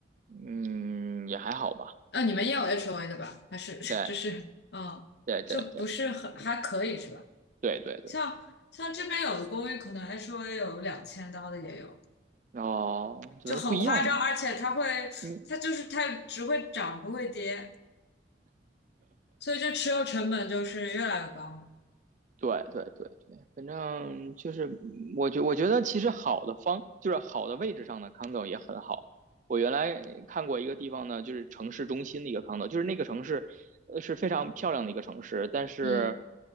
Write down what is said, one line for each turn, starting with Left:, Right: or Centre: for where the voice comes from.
Right: 嗯，也还好吧，
Left: 呃，你们也有 HOA 的吧？还是 <laughs>
Right: 对
Left: 就是嗯，
Right: 对对对
Left: 就不是很还可以是吧？
Right: 对对对，
Left: 像像这边有的公寓可能 HOA 有两千刀的也有，
Right: 哦，觉得不一样吧。
Left: 就很夸张，而且它会它就是它只会涨不会跌，
Right: 你
Left: 所以这持有成本就是越来越高嘛。
Right: 对对对对，反正就是嗯我觉我觉得其实好的方就是好的位置上的 condo 也很好。我原来看过一个地方呢，就是城市中心的一个 condo，就是那个城市呃是非常漂亮的一个城市，但是
Left: 嗯